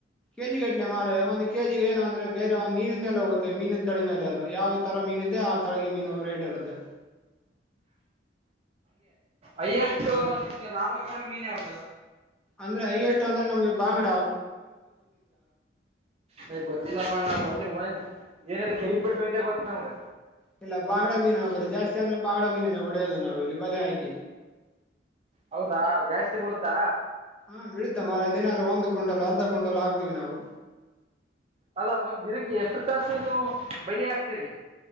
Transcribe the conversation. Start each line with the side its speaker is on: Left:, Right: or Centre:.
Centre: ಕೆ ಜಿ ಗಟ್ಲೆ ಮಾರೆ ಒಂದು ಕೆಿಿಗೆ ಏನ ಅಂದ್ರೆ ಬೇರೆ ಒ ಮೀನಿನ ಮೇಲೆ ಹೋಗುತ್ತೆ ಮೀಿನ ತಳ ಮೇಲೆ ಅದು ಯಾವ ತರ ಮೀನು ಇದೆ ಆ ತರಗೆ ಮೀನು ರೇಟ್ ಇರುತ್ತೆ
Right: ಅಯ್ಯಷ್ಟು
Centre: ಹ
Right: ನಿಮ್ಗೆ ಲಾಭ ಕೊಡೋ ಮೀನ್ ಯಾವ್ದ
Centre: ಅಂದ್ರೆ ಅಯ್ಯಷ್ಟು ಅಂದ್ರ ನಮಗೆ ಬಂಗ್ಡ
Right: ಅ ಗೊತ್ತಿಲ್ಲಪ್ಪ ನಾವು ಒಂದ ಒ ಏನಾದ ಕೇಳರಿ ಪಪಟ್ಟು ಇದ್ದೆ ಗೊತ್ತು ನಮ್ಗೆ
Centre: ಇಲ್ಲ ಬಾಂಗಾ ಮೀನ ಬರಿ ಜಾಸ್ತಿ ಅಂದ್ರೆ ಬಾಂಗಾ ಮೀನೇ ಹೊಡೆಯದು ನಾವು ಇಲ್ಲಿ ಬೆಲೆ ಹಾಕಿ
Right: ಹೌದಾ ಜಾಸ್ತಿ ಬಳುತ್ತಾ
Centre: ಹಾಂಳೀತ ಮೆ ದಿನಾಲ್ಲಿ ಒಂದು ಕ್ಂಟ ಅರ್ಧ ಕಂಟಲ್ ಆಗ್ತೀವಿ ನಾವು
Right: ಅಲ್ಲ ಒಂದ್ ದಿನಕ್ಕೆ ಎಷ್ಟು ತಾಸು ನೀವು ಬಲಿ ಹಾಕ್ತೀರಿ